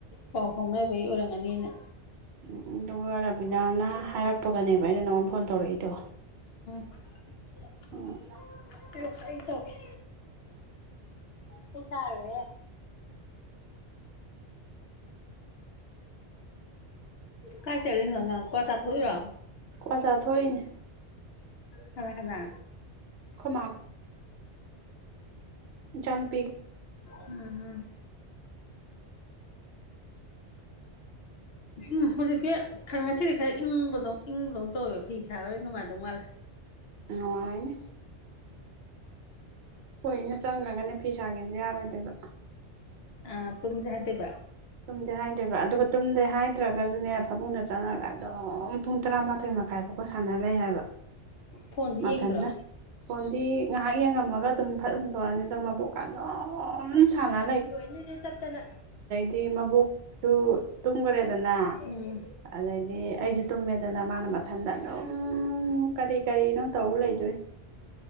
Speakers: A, on the left; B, on the right.
A: ꯄꯥꯎ ꯐꯥꯎꯅꯕꯩ ꯑꯣꯏꯔꯝꯒꯅꯤꯅ
B: ꯎꯝ ꯎꯝ ꯑꯗꯨꯒ ꯔꯕꯤꯅꯥꯅ ꯍꯥꯏꯔꯛꯄꯒꯅꯦꯕ ꯑꯩꯅ ꯅꯪꯉꯣꯟꯗ ꯐꯣꯟ ꯇꯧꯔꯛꯏꯗꯣ
A: <unintelligible>
B: ꯎꯝ
A: ꯀꯩ ꯑꯩ ꯇꯧꯒꯦ ꯁꯤ ꯇꯥꯏꯔꯣꯏ ꯍꯦ ꯀꯥꯏ ꯆꯂꯤꯅꯣ ꯅꯪ ꯀ꯭ꯌꯥ ꯆꯥ ꯊꯣꯛꯏꯔꯣ
B: ꯀ꯭ꯋꯥ ꯆꯥ ꯊꯣꯛꯏꯅꯦ
A: ꯀꯅꯥ ꯀꯅꯥ
B: ꯑꯩꯈꯣꯏ ꯏꯆꯥꯅꯨ
A: ꯎꯝ ꯎꯝ ꯎꯝ ꯍꯧꯖꯤꯛꯇꯤ ꯈꯔ ꯉꯁꯤꯗꯤ ꯈꯔ ꯏꯪꯕꯗꯧ ꯏꯪ ꯕꯗꯧ ꯇꯧꯋꯦ ꯐꯤ ꯁꯥꯔꯣꯏ ꯅꯨꯡꯉꯥꯏꯗꯧ ꯃꯥꯜꯂꯦ
B: ꯅꯨꯡꯉꯥꯏꯅꯤ ꯀꯣꯏꯅ ꯆꯪꯉꯒꯅꯦ ꯐꯤ ꯁꯥꯒꯦꯁ ꯌꯥꯔꯣꯏꯗꯣꯏꯕ
A: ꯑꯥ ꯇꯨꯝꯁꯦ ꯍꯥꯏꯗꯣꯏꯕ
B: ꯇꯨꯝꯗꯦ ꯍꯥꯏꯗꯣꯏꯕ ꯑꯗꯨꯒ ꯇꯨꯝꯗꯦ ꯍꯥꯏꯗ꯭ꯔꯒꯁꯨꯅꯦ ꯐꯃꯨꯡꯗ ꯆꯪꯉꯒ ꯑꯗꯨꯝ ꯄꯨꯡ ꯇꯔꯥꯃꯥꯊꯣꯏ ꯃꯈꯥꯏꯐꯥꯎꯕ ꯁꯥꯟꯅ ꯂꯩ ꯍꯥꯏꯕ
A: ꯐꯣꯟꯗꯤ
B: ꯃꯊꯟꯗ
A: ꯌꯦꯡꯗ꯭ꯔꯣ
B: ꯐꯣꯟꯗꯤ ꯉꯥꯏꯍꯥꯛ ꯌꯦꯡꯉꯝꯃꯒ ꯑꯗꯨꯝ ꯐꯠ ꯍꯨꯟꯗꯣꯛꯑꯅꯤ ꯑꯗꯣ ꯃꯕꯨꯛꯀꯥ ꯑꯗꯨꯝ
A: ꯑꯁ
B: ꯁꯥꯟꯅ
A: ꯂꯣꯏꯔꯅꯤ ꯑꯗꯨꯗꯤ ꯇꯠꯇꯅ
B: ꯍꯥꯏꯗꯤ ꯃꯕꯣꯛꯁꯨ ꯇꯨꯝꯈ꯭ꯔꯦꯗꯅ
A: ꯎꯝ
B: ꯑꯗꯩꯗꯤ ꯑꯩꯁꯨ ꯇꯨꯝꯃꯦꯗꯅ ꯃꯥꯅ ꯃꯊꯟꯗ ꯑꯗꯨꯝ ꯀꯔꯤ ꯀꯔꯤꯅꯣ ꯇꯧ ꯂꯩꯗꯣꯏ